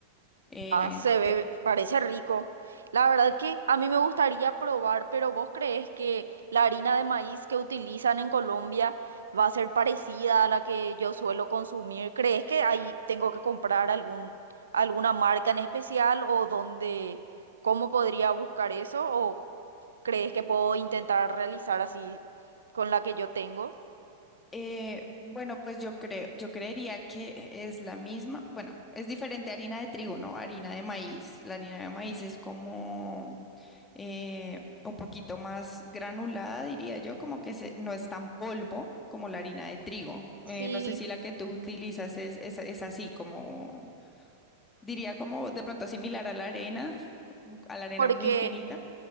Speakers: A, on the left (about 15°); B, on the right (about 80°).
A: Eh,
B: Ah, se
A: de-
B: ve, parece rico. La verdad que a mí me gustaría probar, pero ¿vos crees que la harina de maíz que utilizan en Colombia va a ser parecida a la que yo suelo consumir? ¿Crees que ahí tengo que comprar algún, alguna marca en especial o dónde, cómo podría buscar eso? ¿O crees que puedo intentar realizar así con la que yo tengo?
A: Eh, bueno, pues yo creo, yo creería que es la misma. Bueno, es diferente a harina de trigo, ¿no? Harina de maíz. La harina de maíz es como eh, un poquito más granulada, diría yo, como que se- no es tan polvo como la harina de trigo. Eh,
B: Sí,
A: no sé si la que tú utilizas es, es, es así, como diría como de pronto similar a la arena, <laughs> a la arena
B: porque
A: muy finita.